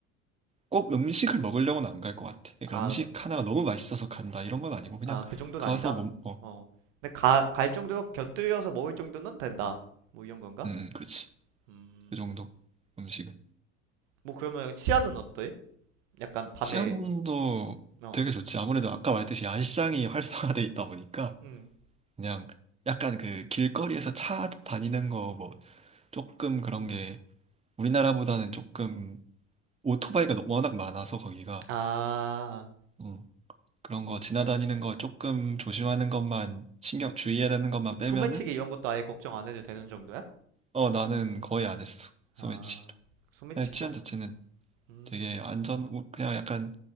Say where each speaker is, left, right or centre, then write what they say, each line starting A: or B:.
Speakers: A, on the right; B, on the right.
A: 꼭 음식을 먹으려고는 안 갈 것 같아. 그러니까
B: 아,
A: 음식
B: 음,
A: 하나가 너무 맛있어서 간다 이런 건 아니고 그냥
B: 아, 그 정도는
A: 가서
B: 아니다.
A: 뭐, 어,
B: 어. 근데 가, 갈 정도, 곁들여서 먹을 정도는 된다. 뭐 이런 건가?
A: 음, 음, 그렇지.
B: 음.
A: 그 정도 음식은.
B: 뭐 그러면 치아는 어때? 약간 밤에,
A: 치안도
B: 어.
A: 되게 좋지. 아무래도 아까 말했듯이 야시장이 <laughs> 활성화돼 있다 보니까
B: 음.
A: 그냥 약간 그 길거리에서 차 다니는 거 뭐 조금 그런 게 우리나라보다는 조금 오토바이가 너- 워낙 많아서 거기가
B: 아,
A: 음, 그런 거 지나다니는 거 조금 조심하는 것만 신경 주의해야 되는 것만 빼면은
B: 소매치기 이런 것도 아예 걱정 안 해도 되는 정도야?
A: 어 나는 거의 안 했어. 소매치기.
B: 아, 소매치기도,
A: 네, 치안 자체는
B: 음.
A: 되게 안전, 우- 그냥 약간